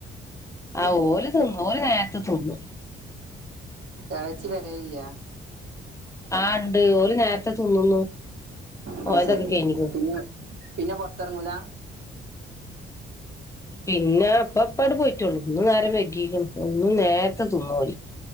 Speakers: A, on the left; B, on the right.
A: ആ ഓര് തിന്നു ഓര് നേരത്തെ തിന്നു
B: എളെച്ചി വരെയില്ല
A: ആ ണ്ട് ഓര് നേരത്തെ തിന്നുന്നു
B: അതുശേരി
A: ഓലതൊക്കെ കഴിഞ്ഞിക്ക്ണ്
B: പിന്നെ പിന്നെ പൊറത്തിറങ്ങൂല
A: പിന്നെ അപ്പ അപ്പാട് പോയിട്ടുള്ളൂ ഇന്നു നേരംവെഗീക്കണ് ഇന്നു നേരത്തെ തിന്നോര്